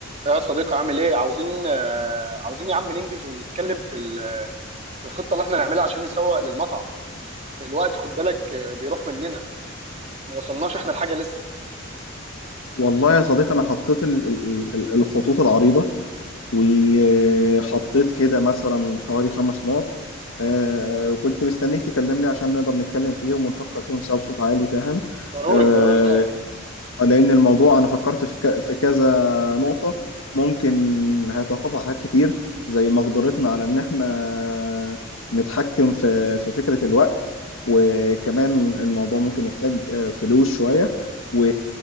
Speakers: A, on the right; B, on the left.
A: يا صديقي عامل ايه عاوزين آه، عاوزين يا عم ننجز ونتكلم في ال- في الخطه اللي احنا نعملها عشان نسوق للمطعم الوقت خد بالك آه، بيروح مننا ما وصلناش احنا الحاجه لسه
B: والله يا صديقي انا حطيت ال- ال- ال- الخطوط العريضه وحطيت كده مثلا حوالي خمس نقط آه، كنت مستنيك تكلمني عشان نقدر نتكلم فيهم ونفكر فيهم سوا بصوت عالي فاهم
A: ضروري
B: آه،
A: ضروري اه
B: لأن الموضوع أنا فكرت في ك- في كذا نقطة ممكن هيتوقفوا على حاجات كتير زي مقدرتنا على إن إحنا نتحكم في في فكرة الوقت وكمان الموضوع ممكن يحتاج آه، فلوس شوية و-